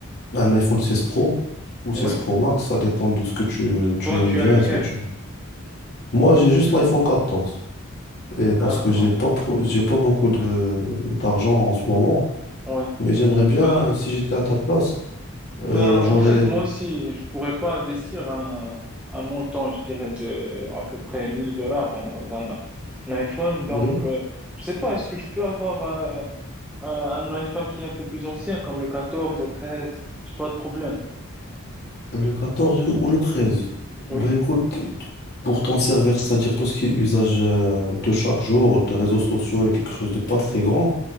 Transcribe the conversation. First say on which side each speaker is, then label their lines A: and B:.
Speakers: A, on the left; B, in the centre.
A: Un iPhone 16 Pro ou 16
B: oui.
A: Pro Max, ça dépend de ce que tu, tu
B: Toi,
A: aimes
B: tu
A: bien
B: as lequel?
A: est ce que tu... Moi, j'ai juste l'iPhone quatorze Et
B: D'accord,
A: parce que j'ai pas, pro- j'ai pas beaucoup de d'argent en ce moment.
B: ouais.
A: Mais j'aimerais bien,
B: Ben,
A: si j'étais à ta place,
B: ben,
A: euh,
B: en
A: j'aurais
B: fait, moi aussi, je pourrais pas investir un, un montant, je dirais, de à peu près 1000 dollars dans un, un iPhone, donc,
A: oui,
B: euh, je sais pas, est-ce que je peux avoir euh, euh, un iPhone qui est un peu plus ancien, comme le quatorze le 13? J'ai pas de problème.
A: le quatorze ou le treize
B: Oui,
A: Ben écoute, t- t- pour t'en servir, c'est-à-dire tout ce qui est usage euh, de chaque jour, des réseaux sociaux et quelque chose de pas très grand,